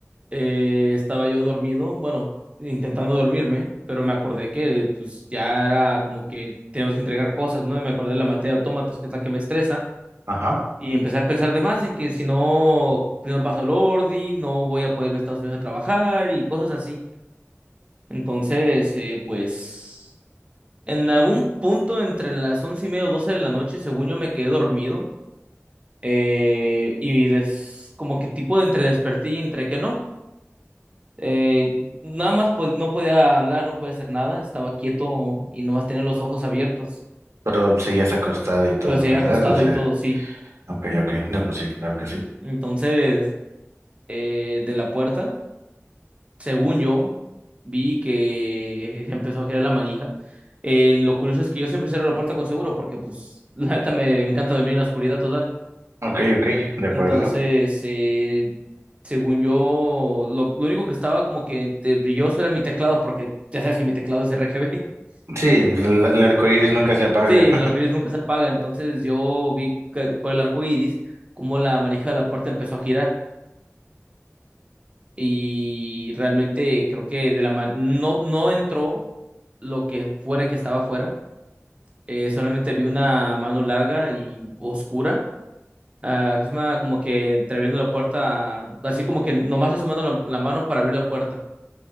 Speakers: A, on the right; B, on the right.
A: eh, estaba yo dormido, bueno, intentando dormirme, pero me acordé que pues ya era como que teníamos que entregar cosas, ¿no? Y me acordé de la materia de autómatas, que es la que me estresa,
B: Ajá.
A: y empecé a pensar de más en que si no, si no paso el ordi, no voy a poder irme a Estados Unidos a trabajar y cosas así. Entonces, eh, pues, en algún punto entre las once y media o doce de la noche, según yo me quedé dormido Eh, y des, como que tipo de entre desperté y entre que no. Eh, nada más pues, no podía hablar, no podía hacer nada, estaba quieto y nomás tenía los ojos abiertos,
B: Pero sí, ya se ha acostado y todo,
A: pero se
B: ¿verdad?
A: había acostado
B: O sea,
A: y todo, sí.
B: ok, ok, no, pues sí, claro que sí.
A: Entonces, eh, de la puerta, según yo, vi que se empezó a girar la manija. Eh, lo curioso es que yo siempre cierro la puerta con seguro porque pues <laughs> la neta me encanta dormir en la oscuridad total.
B: Ok, ok, de acuerdo.
A: Entonces, eh, según yo, lo, lo único que estaba como que entre brilloso era mi teclado, porque ya sabes que mi teclado es RGB. <laughs>
B: Sí, el, el arco iris nunca se apaga.
A: Sí, el arco iris nunca se apaga. Entonces, yo vi que por el arco iris cómo la manija de la puerta empezó a girar. Y realmente creo que de la man no, no entró lo que fuera que estaba afuera. Eh, solamente vi una mano larga y oscura. ah, que se llama como que entreabriendo la puerta, así como que nomás asomando la la mano para abrir la puerta.